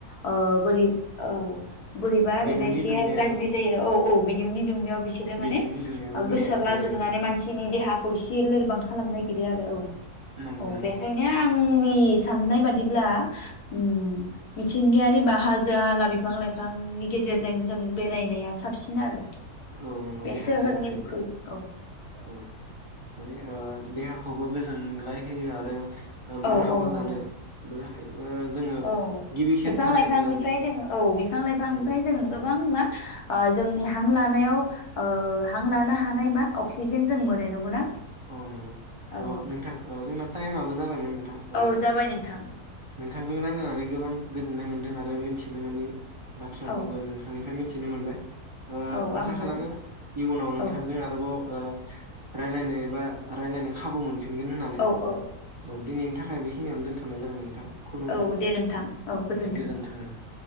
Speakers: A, on the left; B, on the right.
A: ओ बोरै औ बोरैबा आरो
B: बिदुंनि
A: ना इसे
B: दुंनायाबो
A: गाज्रि जायो आरो औ औ। बिदिुंनि दुंनाययाव बिसोरो माने
B: बिदुंनि दुंनायाबो
A: ओ
B: गोबांसिन
A: गोसोरला
B: जायो
A: जोबनानै
B: आरो
A: मानसिनि देहा खौ इसे लोरबां खालामनो नागिरो आरो औ।
B: नंगौ
A: औ
B: नंगौ।
A: बेखायनो आंनि साननाय बादिब्ला ओम मिथिंगायारि बा हाजो हाला बिफां लाइफांनि गेजेरजों जों बेरायनाया साबसिन बिनो आरो।
B: औ नंगौ
A: बे
B: देहानि
A: सोहोरनिख्रुइ
B: थाखायबो
A: औ
B: औ मानिे ओ देहाखौबो गोजोनग्लाय होयो आरो ओ
A: औ
B: बारहावा
A: औ नंगौ
B: जानोबो हायो। ओ जोङो
A: औ
B: गिबि खेब
A: बिफां
B: थानाय
A: लाइफांनिफ्राय
B: ओ
A: जोङो औ बिफां लाइफांनिफ्राय
B: औ
A: जोंङो गोबां मा ओ जोंनि हां लानायाव ओ हां लानो हानाय मा अक्सिजेन जों मोनो नंगौना?
B: औ नंगौ
A: औ
B: ओ नोंथां ओ जोंना टाइमाबबो जाबायमोन नथां ओ
A: औ जाबाय नोंथां
B: नोंथांजों रायलनानै गोबां गोजोननाय मोन्दों आरो मिथिनो मोनै बाथ्राफोरबो
A: औ
B: नोंथांनिफ्राय मि मिथिनो मोनबाय ‌ ओ
A: औ
B: आसा
A: आंबो
B: खालामो इयुनाव नोंथांजों
A: औ
B: आरोबाव ओ रालानाय बाद रायलायनो खाबु मोन फिनगोन होननानै
A: औ औ
B: औ दिनैनि थाखा आं बेिखिनियावनो दोनथनाय जाबाय नोंथां। खुलुमबाय
A: औ दे नोंथां औ गोजोन्थों
B: दे नोंथां।